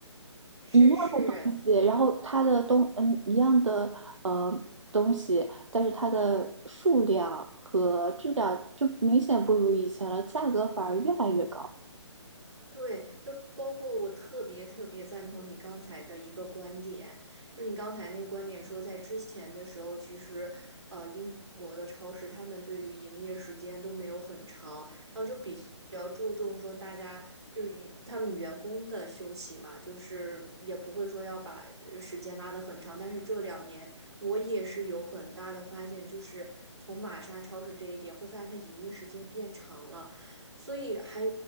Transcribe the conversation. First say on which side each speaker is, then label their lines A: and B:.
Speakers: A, on the right; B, on the right.
A: 是是，
B: 一样东西，然后它的东嗯一样的呃东西，但是它的数量和质量就明显不如以前了，价格反而越来越高。
A: 对，就包括我特别特别赞同你刚才的一个观点，就是你刚才那个观点说，在之前的时候，其实，呃，英国的超市他们对于营业时间都没有很长，然后就比较注重说大家就是以他们员工的休息嘛，就是也不会说要把呃时间拉得很长。但是这两年我也是有很大的发现，就是从玛莎超市这一点会发现它营业时间变长了。所以还